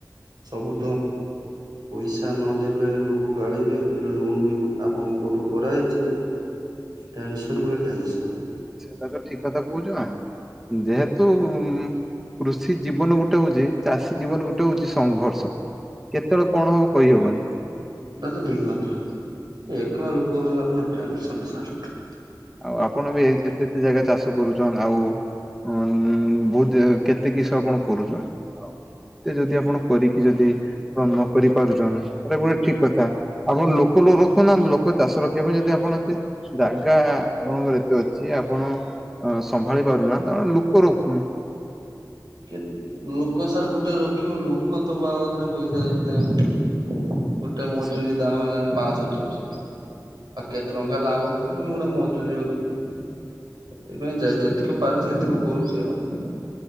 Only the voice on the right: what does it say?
ସବୁ ତ ପଇସା ନଦଲେ ଲୋକ ଗାଳିବେ ଏ ଲୋନ୍ ବି ଆପଣଙ୍କଠୁ କରାହେଇଚି। ଟେନସନ୍ ପରେ ଟେନସନ୍।
ଏଇଟା ତ ଠିକ୍ କଥା ଏକେଲା ଲୋକ ହେଲେ କଣ ନା ଟେନସନ୍ <unintelligible>
କେ ଲୋକ ସାର ଗୋଟେ ରଖିବୁ ଲୋକ ତ ବାବଦରେ ପଇସା ଦେଇଥାଉ। ଗୋଟେ ମଜୁରୀ
ଦାମ୍ ହେଲାନି ପାଞ୍ଚଶ ଛଅଶ ଆଉ କେତେ ଟଙ୍କା ଲାଭ କରିବି ଗୋଟେ ମଜୁରୀ ରଖିବି। ସେଥିପାଇଁ ଯେ-ଯେତିକ
ପାରୁଚି ହେତିକ କରୁଚି ଆଉ।